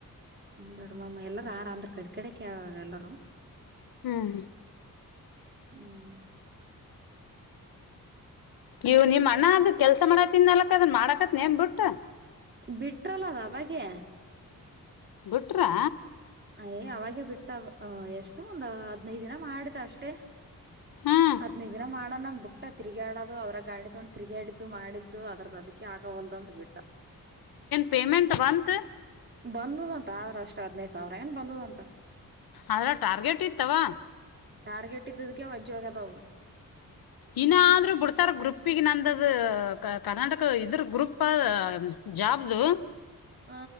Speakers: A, on the right (about 30°); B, on the left (about 85°).
A: ದೊಡ್ಡ ಎಲ್ಲಾರ ಯಾರ ಅಂದ್ರರು ಕಡೆ ಕಡೆಕ್ಕೆ ಎಲ್ಲಾರೂ
B: ಹ್ಮ್
A: ಹ್ಮ್
B: ಇವ್ ನಿಮ್ ಅಣ್ಣ ಅದ ಕೆಲ್ಸ ಮಾಡ ತಿನ್ಲಕದನ್ ಮಾಡಾಕತ್ ನೇಮ್ ಬಿಟ್ಟ
A: ಬಿಟ್ರಲ್ಲ ಅದ ಅವಾಗೆ
B: ಬಿಟ್ರಾ
A: ಅಯ್ ಅವಾಗೆ ಬಿಟ್ಟ ಎಷ್ಟು ಒಂದು ಹದ್ನೈದು ದಿನ ಮಾಡಿದ ಅಷ್ಟೇ
B: ಹ್ಮ್
A: ಹದನೈದಿನ ಮಾಡಣ ಬಟ್ <inaudible> ತಿರುಗಾಡದು ಅದರ ಗಾಡ ತೊಗೊಂಡ ತಿರುಗಾಡಿದ್ದು ಮಾಡಿದ್ದು ಅದ್ರದ ಅದಕ್ಕೆ ಆಗವಲ್ದು ಅಂತ ಬಿಟ್ಟ
B: ಪೇಮೆಂಟ್ ಬಂತ
A: ಬಂದದ ಅಂತ ಆದ್ರ ಅಷ್ಟು ಹದನೈದು ಸಾವಿರ ಏನ್ ಬಂದದಂತ
B: ಆದ್ರ ಟಾರ್ಗೆಟ್ ಇತ್ತವಾ
A: ಟಾರ್ಗೆಟ್ ಇದ್ದದಕ್ಕೆೆ ವಜ್ಜಗದ <unintelligible>
B: ಇನಾದ್ರೂ ಬಿಡ್ತಾರ ಗ್ರೂಪ್ಗೆ ನಂದದ ಕರ್ನಾಟಕ ಇದ್ರ ಗ್ರೂಪ್ ಅ ಜಾಬ್ದು
A: ಹ